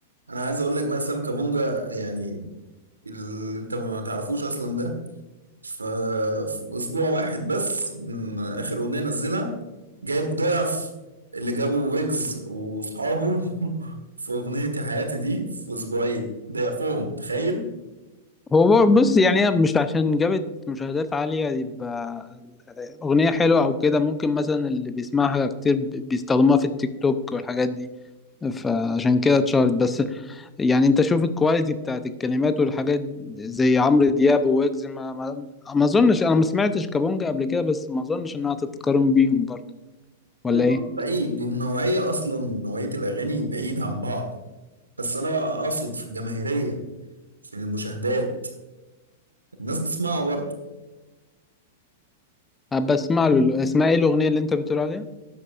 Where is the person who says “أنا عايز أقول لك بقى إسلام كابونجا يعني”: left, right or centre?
Right